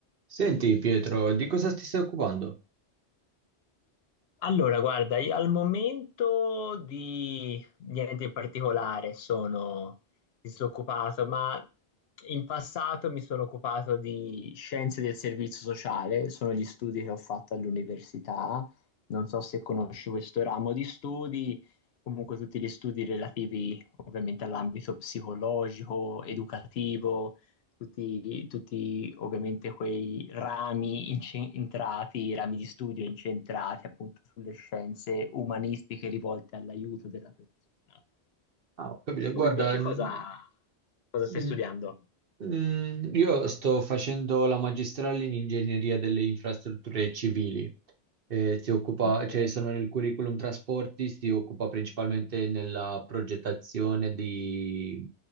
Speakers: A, on the right; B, on the left.
A: Senti Pietro, di cosa ti stai occupando?
B: Allora, guarda, io al momento di niente in particolare sono disoccupato, ma in passato mi sono occupato di scienze del servizio sociale, sono gli studi che ho fatto all'università, non so se conosci questo ramo di studi, comunque tutti gli studi relativi ovviamente all'ambito psicologico, educativo tutti, tutti ovviamente quei rami incentrati, rami di studio incentrati appunto sulle scienze umanistiche rivolte all'aiuto della persona.
A: Ah, ho capito. Guarda,
B: Tu invece
A: n-
B: cosa, cosa
A: Mm,
B: stai studiando?
A: mm, io sto facendo la magistrale in ingegneria delle infrastrutture civili. Eh, si occupa,
B: Ok,
A: cioè sono nel curriculum trasporti, si occupa principalmente nella progettazione di,